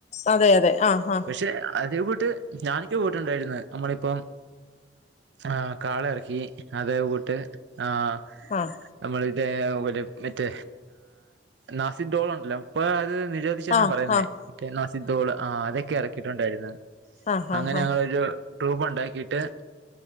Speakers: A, on the left; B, on the right.
A: അതെ അതെ ആഹ് ആഹ്
B: പക്ഷെ അതേ കൂട്ട് ഞാനൊക്കെ പോയിട്ടുണ്ടായിരുന്നു നമ്മളിപ്പം ആഹ് കാള ഇറക്കി അതെ കൂട്ട് ആഹ്
A: ആഹ്
B: നമ്മള ഇത് ഒരു മറ്റേ നാസി ഡോള് ഉണ്ടല്ലോ അപ്പൊ അത് നിരോ <unintelligible>
A: ആഹ്
B: പറയുന്നേ
A: ആഹ് ആഹ്
B: നാസിതോള് ആഹ് അതൊക്കെ ഇറക്കിയിട്ടുണ്ടായിരുന്നു
A: ആഹ്
B: അങ്ങനെ
A: ആഹ് ആഹ്
B: ഞങ്ങൊരു ട്രൂപ്പ് ഉണ്ടാക്കിട്ട്